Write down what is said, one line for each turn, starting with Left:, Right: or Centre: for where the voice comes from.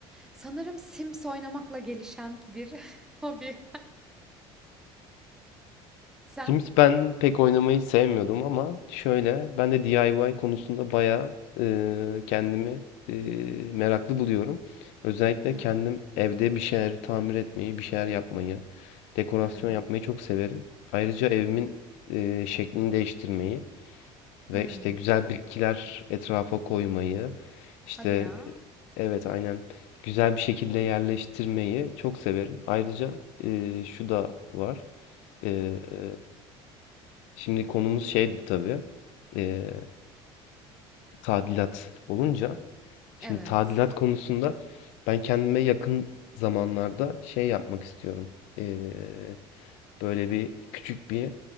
Centre: Sanırım Sims oynamakla gelişen bir <laughs> hobi. <laughs>
Left: Şimdi
Centre: Sen?
Left: ben pek oynamayı sevmiyordum ama şöyle, ben de DIY konusunda bayağı e, kendimi e, meraklı buluyorum. Özellikle
Centre: Hmm,
Left: kendim evde bir şeyler tamir etmeyi, bir şeyler yapmayı, dekorasyon
Centre: hmm,
Left: yapmayı çok severim. Ayrıca evimin e, şeklini değiştirmeyi. Ve
Centre: hmm.
Left: işte güzel bitkiler etrafa koymayı, işte
Centre: Hadi ya.
Left: e, evet aynen güzel bir şekilde yerleştirmeyi çok severim. Ayrıca e, şu da var. E, e, şimdi konumuz şeydi tabii. E, tadilat olunca. Şimdi
Centre: Evet.
Left: tadilat konusunda ben kendime yakın zamanlarda şey yapmak istiyorum. E, Böyle bir küçük bir,